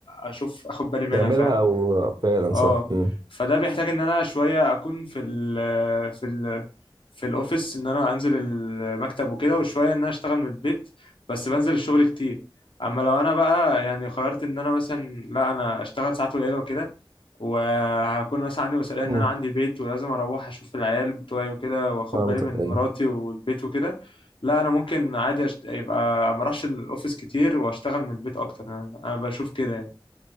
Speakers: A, on the left (about 75°); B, on the right (about 50°).
A: اشوف اخد بالي منها
B: تعملها
A: فاهم
B: او فعلا
A: اه
B: صح امم
A: فده بيحتاج ان انا شويه اكون في ال في ال في الاوفيس ان انا انزل المكتب وكده وشويه ان انا اشتغل من البيت بس بنزل الشغل كتير اما لو انا بقى يعني قررت ان انا مثلا لا انا اشتغل ساعات قليله وكده وهكون مثلا عندي مسؤوليه ان
B: أمم.
A: انا عندي بيت ولازم اروح اشوف العيال بتوعي وكده واخد
B: فهمتك
A: بالي من
B: ايوه
A: مراتي والبيت وكده لا انا ممكن عادي أشت... يبقى ما اروحش الاوفيس كتير واشتغل من البيت اكتر انا أنا بشوف كده يعني